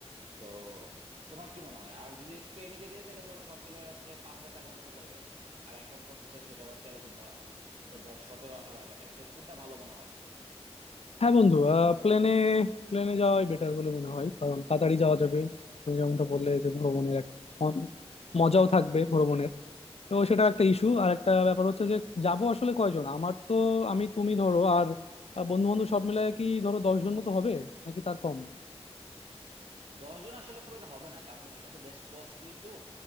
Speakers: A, on the right; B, on the left.
A: তো তোমার কি মনে হয় আর যদি ট্রেনে যেতে তাহলে ধরো সব মিলায় হচ্ছে পাঁচ হাজার টাকার মতো পড়বে আর এখন পড়তেছে হচ্ছে ধরো তেরো চোদ্দ ধর সতেরো আঠারো হাজার টাকা তাহলে কোনটা ভালো মনে হয়
B: হ্যাঁ বন্ধু প্লেনে প্লেনে যাওয়াই বেটার বলে মনে হয় কারণ তাড়াতাড়ি যাওয়া যাবে তুমি যেমনটা বললে যে ভ্রমণের একটা অন- মজাও থাকবে ভ্রমণের তো সেটা একটা ইস্যু আর একটা ব্যাপার হচ্ছে যে যাব আসলে কয়জন আমার তো আমি তুমি ধরো আর বন্ধু বান্ধব সব মিলে কি ধরো দশ জন মতো হবে নাকি তার কম
A: দশ জন আসলে খুব একটা হবে না কারণ এটা তো বেশ কস্টলি ট্যুর